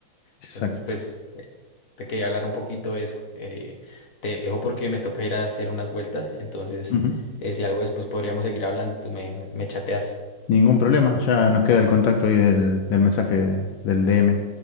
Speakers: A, on the left; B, on the left.
A: Exacto.
B: Entonces pues te quería hablar un poquito de eso. Eh, te dejo porque me toca ir a hacer unas vueltas, entonces
A: Ujú.
B: eh, si algo después podríamos seguir hablando, tú me, me me chateas.
A: Ningún problema, ya nos queda el contacto ahí del, del mensaje del DM.